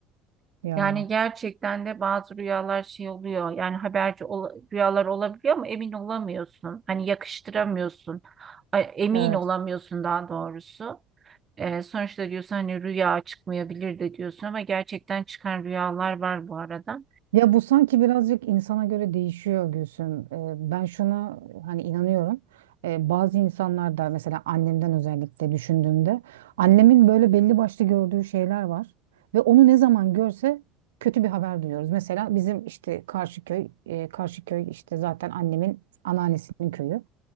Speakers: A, on the right; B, on the right.
A: Ya.
B: Yani gerçekten de bazı rüyalar şey oluyor. Yani haberci ola- rüyalar olabiliyor ama emin olamıyorsun. Hani yakıştıramıyorsun. Ay, Emin
A: Evet.
B: olamıyorsun daha doğrusu. Ee, sonuçta diyorsun hani rüya çıkmayabilir de diyorsun ama gerçekten çıkan rüyalar var bu arada.
A: Ya bu sanki birazcık insana göre değişiyor Gülsüm. Ee, ben şuna hani inanıyorum. Ee, bazı insanlar da mesela annemden özellikle düşündüğümde annemin böyle belli başlı gördüğü şeyler var ve onu ne zaman görse kötü bir haber duyuyoruz. Mesela bizim işte Karşıköy, e, Karşıköy işte zaten annemin anneannesinin köyü.